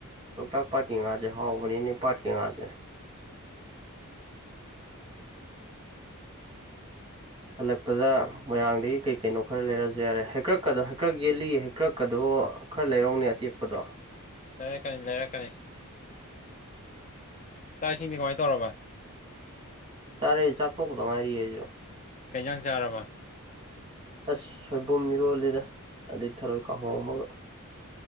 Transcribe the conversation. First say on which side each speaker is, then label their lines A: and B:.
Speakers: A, on the right; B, on the left.
A: ꯂꯣꯛꯇꯥꯛ ꯄꯥꯠꯀꯤ ꯉꯥꯁꯦ ꯍꯥꯎꯕꯅꯤꯅꯦ ꯄꯥꯠꯀꯤ ꯉꯥꯁꯦ ꯍꯜꯂꯛꯄꯗ ꯃꯣꯏꯔꯥꯡꯗꯒꯤ ꯀꯩ ꯀꯩꯅꯣ ꯈꯔ ꯂꯩꯔꯁꯨ ꯌꯥꯔꯦ ꯍꯩꯀ꯭ꯔꯛꯀꯗꯣ ꯍꯩꯀ꯭ꯔꯛ ꯌꯦꯜꯂꯤ ꯍꯩꯀ꯭ꯔꯛꯀꯗꯣ ꯈꯔ ꯂꯩꯔꯧꯅꯦ ꯑꯇꯦꯛꯄꯗꯣ
B: ꯂꯩꯔꯛꯀꯅꯤ ꯂꯩꯔꯛꯀꯅꯤ ꯆꯥꯛ ꯏꯁꯤꯡꯗꯤ ꯀꯃꯥꯏꯅ ꯇꯧꯔꯕ
A: ꯆꯥꯔꯦ ꯆꯥꯛ ꯇꯣꯛꯄꯗꯣ ꯉꯥꯏꯔꯤꯌꯦ ꯑꯩꯁꯨ
B: ꯀꯩꯖꯥꯡ ꯆꯥꯔꯕ
A: ꯑꯁ ꯁꯣꯏꯕꯨꯝ ꯃꯤꯔꯣꯜꯂꯤꯗ ꯑꯗꯩ ꯊꯔꯣꯏ ꯀꯥꯡꯍꯧ ꯑꯃꯒ